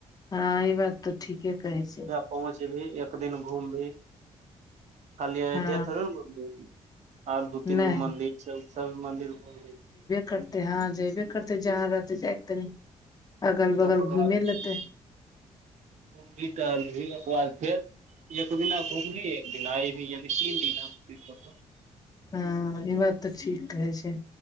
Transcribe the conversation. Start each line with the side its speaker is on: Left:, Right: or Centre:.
Left: ह ई बात तऽ ठीके कहै छै
Right: पहुँच भी एक दिन घुम भी <inaudible> खाली अयोध्या
Left: हँ
Right: थोड़े न घुम भी। और दू तीन
Left: नहि
Right: गो मंन्दिर छै सब मंदिर घुम ली।
Left: करतै हँ जेयबे करतै जहाँ रहतय जयक तनी। अगल बगल
Right: तकर
Left: घुमे
Right: बाद
Left: लेते
Right: <unintelligible>
Left: <inaudible>
Right: घुम भी टहल भी ओकर बाद फेर। एक दिना घूमभी एक दिन आए भी यानि तीन दिना।
Left: हु ई बात तऽ ठीक कहै छै।